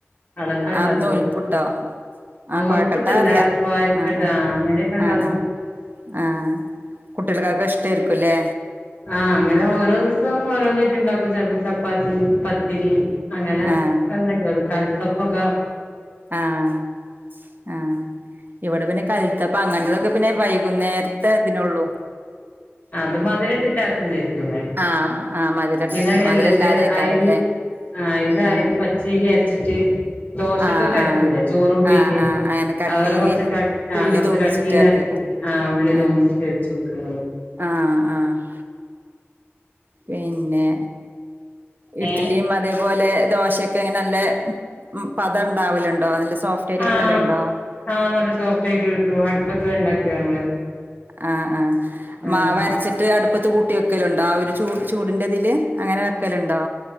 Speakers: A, on the left; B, on the right.
A: അതൊക്കെ ഇണ്ടാക്കും
B: ആഹ് നൂൽപുട്ടോ ആഹ്
A: നൂൽപ്പുട്ടല്ല,
B: കൊഴക്കട്ട അറിയാം
A: കൊയക്കട്ടാ
B: ആഹ്
A: അങ്ങനെയൊക്കെ ഇണ്ടാക്കും.
B: ആഹ് ആഹ് ആഹ് ആഹ് കുട്ടികൾക്കക്കെ ഇഷ്ടായിരിക്കുല്ലേ?
A: ആഹ് അങ്ങനെ ഓരോ ദിവസം ഓരോന്നായിറ്റ്ണ്ടാക്കും ചെലപ്പോ ചപ്പാത്തി, പത്തിരി. അങ്ങനെ
B: ആഹ്
A: എന്തെങ്കിലൊരു കൽത്തപ്പൊക്കെ
B: ആഹ് ആഹ് ഇവിടെ പിന്നെ കൽ ത്തപ്പ അങ്ങനത്തതൊക്കെ പിന്നെ വൈകുന്നേരത്തെതിനെള്ളൂ.
A: അത് മധുരിട്ടിറ്റാക്കുന്നതായിരിക്കുല്ലേ?
B: ആഹ് ആഹ് മധുരട്ടിട്ട്
A: ഇതഹ്
B: മധുരല്ലാതെയ്ക്കാരല്ലേ
A: അല്ല. ഇത് അരി ആഹ് ഇതരി
B: ആഹ്
A: പച്ചേരി അരച്ചിട്ട് ദോശക്കൊക്കെ
B: ആഹ്
A: അരക്കൂല്ലേ
B: ആഹ്
A: ചോറ് കൂട്ടീറ്റ്
B: ആഹ് ആഹ് അങ്ങനെ കട്ടീല്
A: അഹ്പോലെ കൊറച്ച് കട്ട് ആ
B: ഉള്ളി
A: കൊറച്ച്
B: തൂമിച്ചിട്ട്
A: കട്ടീലരച്ചിറ്റ്
B: ആക്കിയേക്കാരം
A: ആഹ് ഉള്ളി തൂമ്പിച്ചിട്ട്
B: ആഹ്
A: ഒഴിച്ചു കൊടുക്കല്.
B: ആഹ് ആഹ് പിന്നെ ഇട്ട്ലിയും
A: ഏഹ്
B: അതേപോലെ ദോശെക്കെ ങ്ങനെ നല്ല പതണ്ടാവലുണ്ടോ? നല്ല സോഫ് റ്റരി
A: ആഹ്
B: കിട്ടലുണ്ടാ?
A: ആഹ് നല്ല സോഫ്‌റ്റായിറ്റ് കിട്ടു അടുപ്പത്തെ ഇണ്ടാക്കിയ നമ്മള്.
B: ആഹ് ആഹ്
A: ആഹ്
B: മാവരച്ചിട്ട് ട്ട് അടുപ്പത്ത് കൂട്ടി വെക്കലുണ്ടോ? ആ ഒരു ചൂട് ചൂടിന്റെതില്. അങ്ങനെ വെക്കലുണ്ടൊ?